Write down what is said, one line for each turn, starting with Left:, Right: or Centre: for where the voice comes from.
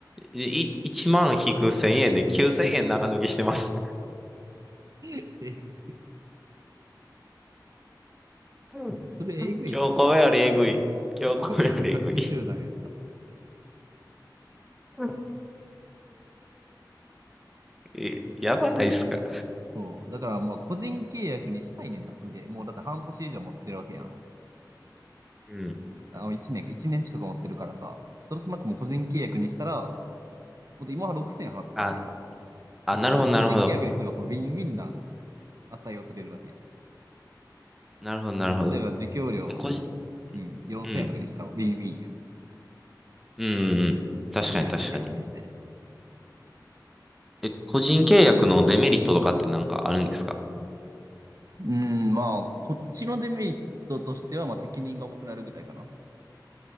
Centre: い、1万引く1000円で9000円長抜きしてます。
Right: て。
Centre: うん
Right: <laughs> それえぐいな。
Centre: 今日これよりえぐい。
Right: 今日米より搾取集団やった。
Centre: 今日これよりえぐい。うんえやばないっすか。
Right: そう。だからもう個人契約にしたいねんな、すげえ。もうだって半年以上持ってるわけやん。
Centre: うん。
Right: あの、1年か、年近く持ってるからさ。そろそろもう個人契約にしたら、もっと今は6000円払ってるわけやん。
Centre: あ、あ、なるほど、
Right: それを個人契約にすれば、
Centre: なるほど。
Right: このウィンウィンな値を取れるわけやん。
Centre: なるほど、なるほど。
Right: 例えば、受給料、
Centre: え、個人、
Right: うん、4000円とかにしたらウィンウィンやん。
Centre: うん、うん、うんうん。確かに、
Right: 個人契約にして。
Centre: 確かに。え、個人契約のデメリットとかってなんかあるんですか
Right: うん、まあ、こっちのデメリットとしては、まあ、責任が重くなるぐらいかな。